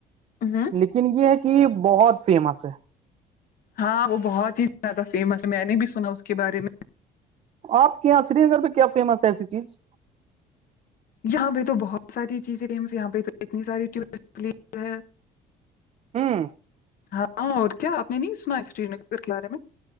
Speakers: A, on the left; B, on the right.
A: ہوں
B: لیکن یہ ہے کہ کی بہت فیمس ہے
A: ہاں وہ بہت ہی زیادہ فیمس میں نے بھی سنا اس کے بارے میں
B: آپ کے یہاں سری نگر میں کیا فیمس ہے ایسی چیز
A: یہاں پہ تو بہت ساری چیزیں فیمس یہاں پہ تو اتنی ساری ٹورسٹ پلیس ہے
B: ہمم
A: ہاں اور کیا آپ نے نہیں سنا ہے سری نگر ک بارے میں